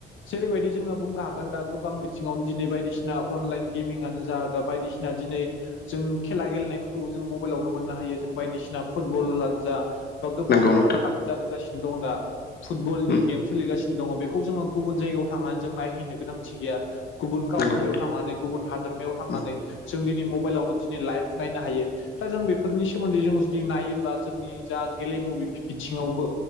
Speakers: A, on the left; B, on the left.
A: जेरैबायदि जोङो बुंनो हागोन हागोन दा गोबां बिथिङावनो दिनै बायदिसिना अनलाइन गेमिंआनो जा दा बायदिसिना दिनै जों खेला गेलेनायफोरखौबो जों मबाइलावनो मोननो हायो जों बायदिसिना फुटबलानो जा बा गोबां
B: नंगौ
A: वर्ल्ड
B: नोंथां
A: काप जादोगासिनो दं दा फुटबलनि
B: उम
A: गेम सोलिगासिनो दङ बेखौ जोङो गुबुन जायगायाव थांनानै जों नायहैनो गोनांथि गैया गुबुन काउन्ट्रियाव
B: नंगौ नोंथां
A: थांनानै गुबुन हादोरमायाव थांनानै
B: उम
A: जों दिनै मबाइलावनो दिनै लाइभ नायनो हायो दा जों बेफोरनि सोमोन्दै जों जुदि नायोब्ला जोंनि जा गेलेमु बिथिङावबो